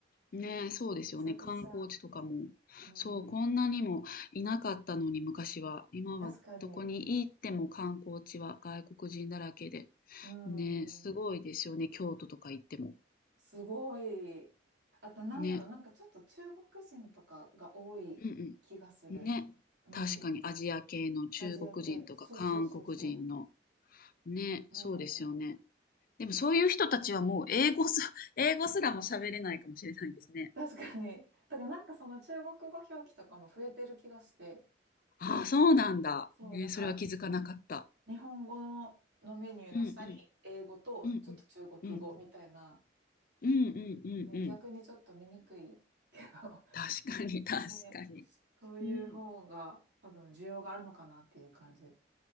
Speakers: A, on the left; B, on the right.
A: ねえ、そうですよね。
B: めちゃくちゃ。
A: 観光地とかも。
B: うーん。
A: そう、こんなにもいなかったのに昔は。今はどこに行っても観光地は外国人だらけで。
B: 確かに。うん。
A: ねえ、すごいですよね。京都とか行っても。
B: すごい。あと、なんだろう、
A: ね。
B: なんかちょっと中国人とかが多い気がする。
A: うんうん。ね。
B: うん。
A: 確かにアジア系の中国人とか韓国人の。
B: アジア系。そうそうそうそ
A: ね。
B: う。
A: そうですよね。
B: うん。
A: でもそういう人たちはもう英語す、<laughs> 英語すらも喋れないかもしれないですね。
B: 確かに。だからなんかその中国語表記とかも増えてる気がして。
A: ああ、そうなんだ。
B: そう、
A: えー、
B: なんか
A: それは気づかなかった。
B: 日本語の、のメニューの下に英語とちょっと中国語みたいな。
A: うんうん。うんうん。うんうんうんうんうん。
B: ね、逆にちょっと見にくいけど。
A: 確かに、確かに。
B: ね、そういう方が多分需要があるのかなっていう感じ。
A: うん。
B: だけ